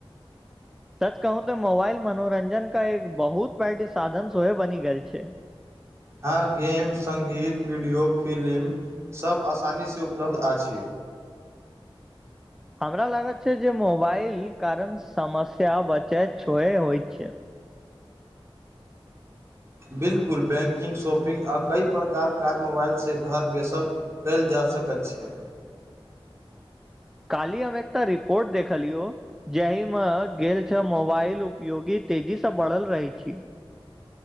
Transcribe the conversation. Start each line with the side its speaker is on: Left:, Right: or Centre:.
Centre: सच कहू ते मोबाइल मनोरंजन का एक बहुत पारट साधन सोहे बनि गेल छ
Right: हँ गेम संगीत वीडियो फिलि्मसभ आसानीसँ उपलब्ध अछ
Centre: हमरा लागत छै जे मोबाइल कारण समस्या बचै छु होइ छ
Right: बिलकुल बैंकिंग शॉपिंग आ कइ प्रकारक काज मोबाइलसँ घर बैस कएयल जा सकैत छ
Centre: काली हम एकटा रिपोर्ट देखलिय जाहि मे गेल छ मोबाइल उपयोगी तेजीसँ बढ़ल रहै छ